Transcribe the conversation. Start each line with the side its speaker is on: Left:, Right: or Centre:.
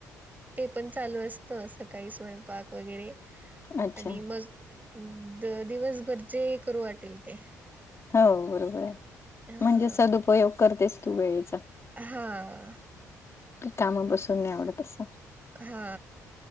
Right: ते पण चालू असत सकाळी स्वयंपाक वगैरे.
Left: हम्म अच्छा
Right: आणि मग दिवसभरचे करू वाटेल ते.
Left: हो बरोबर आहे
Right: अ
Left: म्हणजे सद उपयोग करतेस तू वेळेचा.
Right: हां!
Left: त्यामुळं बसून नाही आवडत अस.
Right: हा!